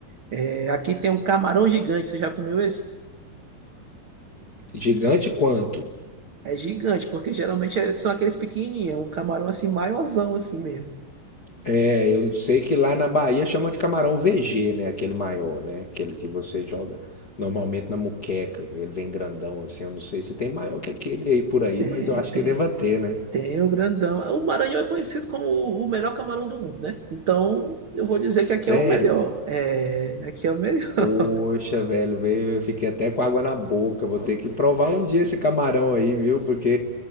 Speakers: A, on the right; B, on the left.
A: É, aqui tem um camarão gigante, você já comeu esse?
B: Gigante quanto?
A: É gigante, porque geralmente é- são aqueles pequenininhos, é um camarão assim, maiorzão assim mesmo.
B: É, eu sei que lá na Bahia chama de camarão VG, né? Aquele maior, né? Aquele que você joga normalmente na muqueca. Ele vem grandão assim. Eu não sei se tem maior que aquele aí por aí,
A: Tem,
B: mas eu acho
A: tem,
B: que deva ter, né?
A: tem o grandão. O Maranhão é conhecido como o o melhor camarão do mundo, né? Então, eu vou dizer
B: Sério?
A: que aqui é o melhor. É, aqui é o melhor. <laughs>
B: Poxa, velho, veio, eu fiquei até com água na boca. Vou ter que provar um dia esse camarão aí, viu? Porque